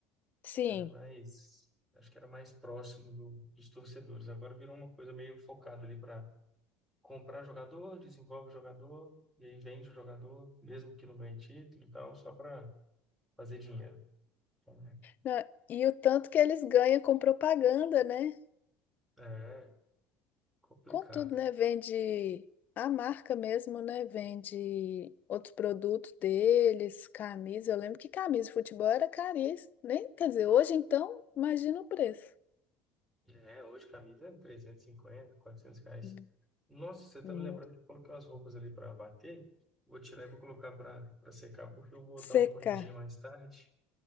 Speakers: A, on the left; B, in the centre.
A: sim.
B: Era mais, acho que era mais próximo do- dos torcedores. Agora virou uma coisa meio focada ali para comprar jogador, desenvolve o jogador, e aí vende o jogador, mesmo que não ganhe título e tal, só para fazer dinheiro. Então,
A: Na- E o tanto que eles ganham com propaganda, né?
B: É complicado.
A: Com tudo, né? Vende a marca mesmo, né? Vende outros produtos deles, camisa. Eu lembro que camisa de futebol era caríssima, nem Quer dizer, hoje então, imagina o preço.
B: É, hoje camisa é 350, 400 reais.
A: Hum,
B: Nossa, você tá
A: hum.
B: me lembrando que eu coloquei umas roupas ali para bater. Vou tirar e vou colocar para para secar, porque eu vou
A: Seca,
B: dar uma corridinha mais tarde.